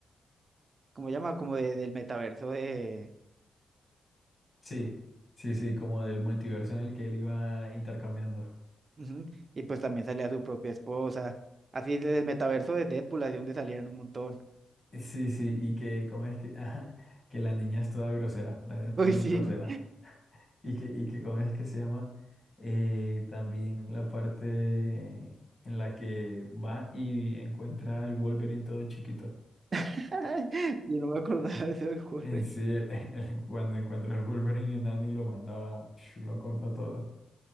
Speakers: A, on the right; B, on the left.
A: ¿cómo se llama? Como de, del metaverso de...
B: Sí, sí, sí, como del multiverso en el que él iba intercambiando.
A: Ujú, Y pues también salía su propia esposa. Así del metaverso de Deadpool, así donde salían un montón.
B: Sí, sí, y que cómo es que, <laughs> ajá, que la niña es toda grosera, la Deadpool
A: Uy, sí.
B: grosera. Y que, y que cómo es que se llama eh, también la parte en la que va y encuentra al Wolverine todo chiquito.
A: <laughs> Yo no me acordaba de ese juego.
B: En sí, el- <laughs> el- cuando encuentra al Wolverine enano y lo manda, psh, lo corta todo.